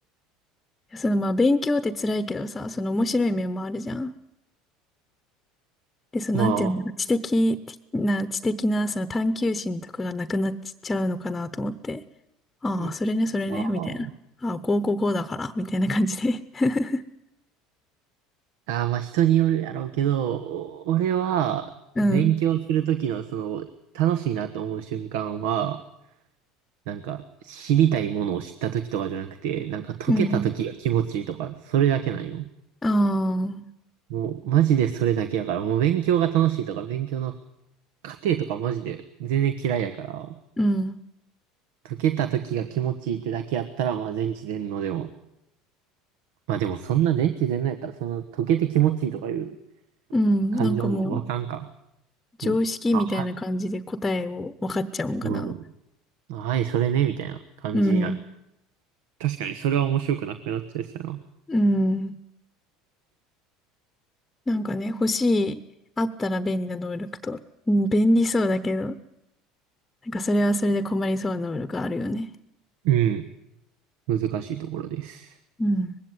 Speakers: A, on the left; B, on the right.
A: そのまあ勉強って辛いけどさ、その面白い面もあるじゃん。で、そのなんていうんだろう、
B: まあ、
A: 知的な、知的なその探求心とかがなくなっちゃうのかなと思って、ああ、
B: うんまあ、
A: それね、それね、みたいな。ああ、こうこうこうだから、みたいな感じで。<laughs>
B: あーまあ人によるやろうけど、お俺は勉強するときのその楽しいなと思う瞬間は、
A: うん。
B: なんか、知りたいものを知った時とかじゃなくて、なんか解けた時が気持ちいいとか、
A: うん。
B: それだけなんよ。
A: ああ、
B: もう、マジでそれだけやから、もう勉強が楽しいとか、勉強の過程とかマジで全然嫌いやから、
A: うん。
B: 解けた時が気持ちいいってだけやったら、まあ全知全能でも。まあでもそんな全知全能やったら、その解けて気持ちいいとかいう
A: うん。
B: 感情もわかんか。
A: なんかもう、常識みたいな感じで答えを分かっちゃうんかな。
B: もう、あ、はい、うん、あはい、それね、みたいな感じになっ
A: うん。
B: 確かにそれは面白くなくなっちゃいそうやな。
A: うん。なんかね、欲しい、あったら便利な能力と、うん便利そうだけど、なんかそれはそれで困りそうな能力あるよね。
B: うん、難しいところです。
A: うん。